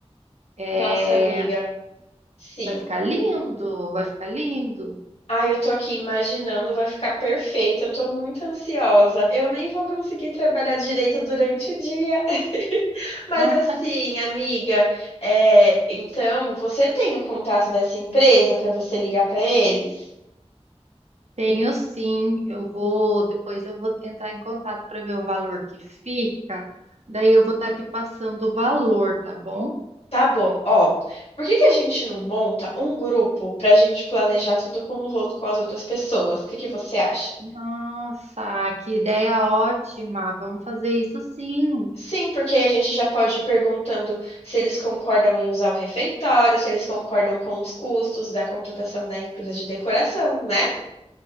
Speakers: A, on the right; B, on the left.
A: É,
B: Nossa, amiga, sim.
A: Vai ficar lindo, vai ficar lindo.
B: Ai, eu tô aqui imaginando, vai ficar perfeito. Eu tô muito ansiosa. Eu nem vou conseguir trabalhar direito durante o dia. <laughs> Mas
A: né?
B: assim, amiga, é, então você tem o contato dessa empresa pra você ligar pra eles?
A: Tenho sim, eu vou, depois eu vou entrar em contato para ver o valor que fica. Daí eu vou estar te passando o valor, tá bom?
B: Tá bom, ó. Por que que a gente não monta um grupo pra gente planejar tudo com, o ro- com as outras pessoas? O que que você acha?
A: Nossa, que ideia ótima. Vamos fazer isso sim.
B: Sim, porque aí a gente já pode ir perguntando se eles concordam em usar o refeitório, se eles concordam com os custos da contratação da empresa de decoração, né?